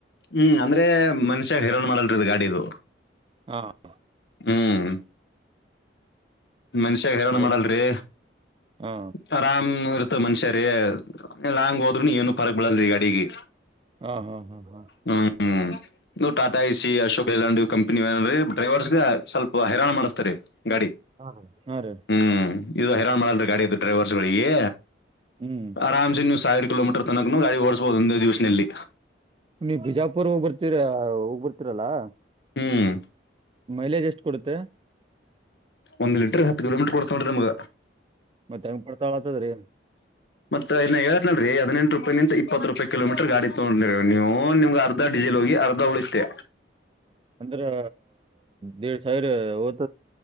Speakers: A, on the left; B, on the right.
A: ಹ್ಮ್ ಅಂದ್ರೆ ಮನುಷ್ಯಾಗ ಹೈರಾಣ್ ಮಾಡಲ್ರಿ ಇ ಗಾಡಿದು
B: ಹಾ
A: ಹ್ಮ್ ಮನ್ಶಾಗ ಹೇರೋಣ
B: ಹಾ
A: ಮಾಡಲ್ರೀ
B: ಹಾ
A: ತರಾಮ್ ಇರ್ತ ಮನುಷ್ಯರೇ ಹ್ಯಾಂಗ ಹೋದ್ರೂನು ಏನು ತರಕ್ ಬಿಡಲ್ರಿ ಗಾಡಿಗಿ
B: ಹಾ ಹಾ ಹಾ ಹಾ
A: ಹ ಹ್ಮ್ ನೀವ್ Tata A C Ashok Leyland company ಅಲ್ರಿ ಡ್ರೈವರ್ಸ್ ಗೆ ಸ್ವಲ್ಪ ಹೈರಾಣ ಮಾಡಿಸ್ತಾ ರೀ ಗಾಡಿ
B: ಹಾ ಹಾ ರೀ
A: ಹ್ಮ್ ಇದು ಹೈರಾಣ ಮಾಡಲ್ೀ ಗಾಡಿ್ದು ಡ್ರೈವರ್ಸ್ಗಳಿಗೆ
B: ಹ್ಮ್
A: ಆರಾಮ್ಸ ನೀವು ಸಾವಿರ ಕಿಲೋಮೀಟರ್ ತನಕನು ಗಾಡಿ ಓಡಸ್ಬಹುದು ಒಂದೇ ದಿವಸಲ್ಲಿ
B: ನೀ ಬಿಜಾಪುರ್ ಹೋಗ್ ಬರ್ತೀರ ಹೋಗ್ಬರ್ತೀರಲ್ಲಾ
A: ಹ್ಮ್
B: ಮೈಲೇಜ್ ಎಷ್ಟ್ ಕೊಡುತ್ತೆ
A: ಒಂದು ಲೀಟರ್ ಹತ್ತು ಕಿೋಮೀಟರ್ ಕೊಡ್ಕೊಂಡ್ರಿಮಗ್
B: ಮತ್ತೆ ಹೆಂಗ್ ಪಡ್ತಾ ಹತದ ರೀ
A: ಮತ್ತ ಇೇತನಲ್ರರಿ ಹದಿನಂು ರೂಪಾಯಿ ಇಪ್ಪತ್ತು ರೂಪಾಯಿಲೋಮೀರ್ ಗಾ ತೋೊಂಡ್ರಿ ನೀವು ನಿಮ್ ಅರ್ ಡಿಸೆಲ್ ಹೋಗಿ ಅರ್ಧ ಉಳಿಸತತೆ
B: ಅಂಡ್ರಾ ಡಿಡ್ ಸಾವಿರ ದ